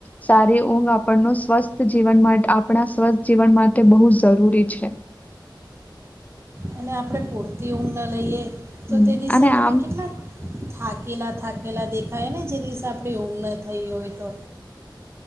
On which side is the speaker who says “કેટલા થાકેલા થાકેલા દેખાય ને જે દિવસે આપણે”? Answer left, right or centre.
Right